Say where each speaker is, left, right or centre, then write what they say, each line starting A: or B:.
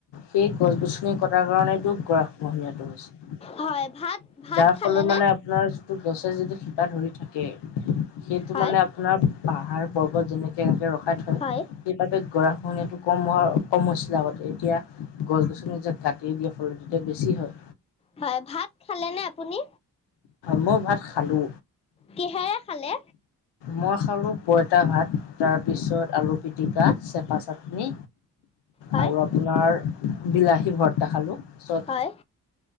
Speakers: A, on the left; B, on the left.
A: সেই গছ-গছনি কটাৰ কাৰণেতো গৰাখহনীয়াটো হৈছে।
B: হয় ভাত ভাত
A: যাৰ
B: খালেনে
A: ফলত মানে আপোনাৰ যিটো গছে যিটো শিপা ধৰি থাকে। সেইটো
B: হয়
A: মানে আপোনাৰ পাহাৰ-পৰ্বত যেনেকে ৰাখে ৰ ৰখাই থয়।
B: হয়
A: সেইবাবে গৰাখহনীয়াটো কম হ কম হৈছিলে আগতে। এতিয়া গছ-গছনি যে কাটি দিয়াৰ ফলত এতিয়া বেছি হয়।
B: হয়, ভাত খালেনে আপুনি?
A: মই ভাত খালো।
B: কিহেৰে খালে
A: মই খালোঁ পইতা ভাত, তাৰপিছত আলু পিটিকা, চেপা চাটনি।
B: হয়
A: আৰু আপোনাৰ বিলাহী ভৰ্তা খালো। চত
B: হয়